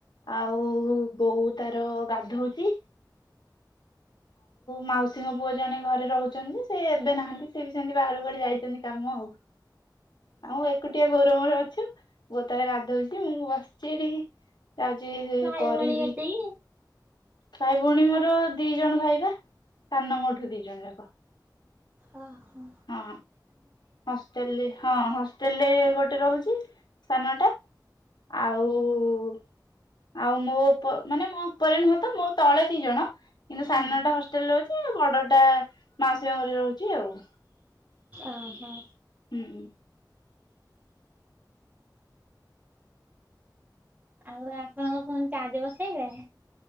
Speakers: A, on the left; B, on the right.
A: ଆଉ ବୋଉ ତାର ଗାଧଉଚି।
B: <inaudible>
A: ମାଉସୀଙ୍କ ପୁଅ ଜଣେ ଘରେ ରହୁଛନ୍ତି ସେ ଏବେ ନାହାନ୍ତି ସେବି ସେମିତି ବାହାର କୁୁଆଡେ ଯାଇଛନ୍ତି କାମ ଆଉ।
B: <inaudible>
A: ଆଉ ଏକୁଟିଆ ବୋର ମୋର ଅଛୁ ବୋ ତାର ଗାଧଉଛି ମୁଁ ବସିଛି ଏଠିକି ଆଜି
B: ଭାଇ
A: କରିବି
B: ଭଉଣୀ କେତେକି
A: ଭାଇ ଭଉଣୀ ମୋର ଦି ଜଣ ଭାଇବା ସାନ ମୋ ଠୁ ଦି ଜଣ ଯାକ।
B: ଓ ହୋ।
A: ହଁ ହଷ୍ଟେଲରେ ହଁ ହଷ୍ଟେଲରେ ଗୋଟେ ରହୁଛି। ସାନଟା ଆଉ। ଆଉ ଆଉ ମୋ ଉପ ମାନେ ମୋ ଉପରେ ନୁହଁ ତ ମୁୋ ତଳେ ଦି ଜଣ କିନ୍ତୁ
B: ହୁଁ
A: ସାନଟା ହଷ୍ଟେଲ ରହୁଛି ଆଉ ବଡଟା ମାଉସୀ ଘରେ ରହୁଛି ଆଉ।
B: ଓ ହୋ।
A: ହୁଁ ହୁଁ।
B: ଆଉ ଆପଣଙ୍କ ଫୁଣି ଚାଜ ବସେଇବେ।